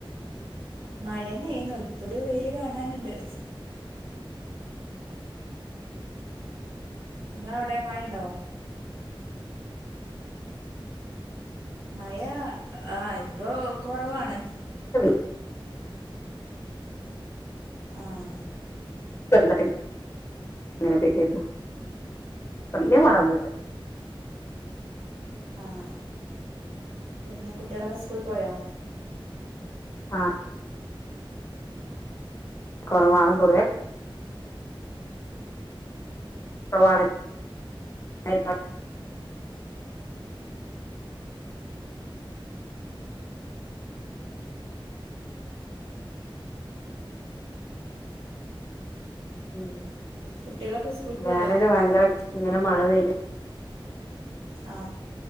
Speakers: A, on the right (about 80°); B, on the left (about 30°).
A: മഴന്നെയിന്നോ ഇപ്പൊ ഒരു വെയില് കാണാനുണ്ട് നിങ്ങ അവിടെ മ ഉണ്ടാവോ മഴ ആഹ ഇപ്പൊ കുറവാണ്
B: ഇ
A: ആഹ
B: അങ്ങനെ പറ്റിുന്നോ വല്യയ മഴയൊന്നില്ല
A: ആഹ പിന്നെ കുട്ടികളൊക്കെ സ്കൂൾ പോയോ
B: ആഹ് കുറവാണ്
A: ഉം
B: പൊതുവെ ള <inaudible> ഉം
A: കുട്ടികളൊക്കെ സ്കൂൾക്ക്
B: വേനൽ
A: പോയോ
B: ഭയങ്കരഷ ഇങ്ങനെ മഴ പെയ
A: ആ